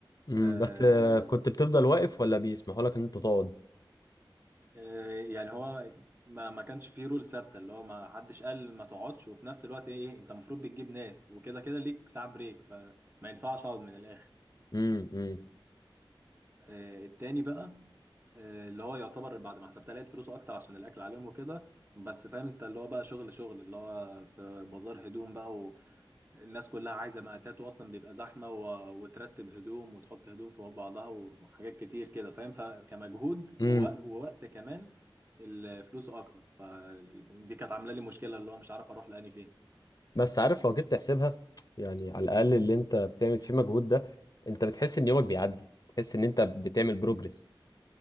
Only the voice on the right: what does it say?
آه
آه يعني هو ما ما كانش فيه رول ثابته اللي هو ما حدش قال ما تقعدش وفي نفس الوقت ايه إيه، انت المفروض بتجيب ناس وكده كده ليك ساعه بريك فما ينفعش اقعد من الاخر
آه، التاني بقى آه، اللي هو يعتبر بعد ما حسبتها لقيت فلوسه اكتر عشان الاكل عليهم وكده بس فاهم انت اللي هو بقى شغل شغل اللي هو في بازار هدوم بقى والناس كلها عايزه مقاسات واصلا بيبقى زحمه و... وترتب هدوم وتحط هدوم في بعضها وحاجات كتير كده فاهم فكمجهود
و... ووقت كمان الفلوس اكتر فدي كانت عامله لي مشكله اللي هو مش عارف اروح لاني فين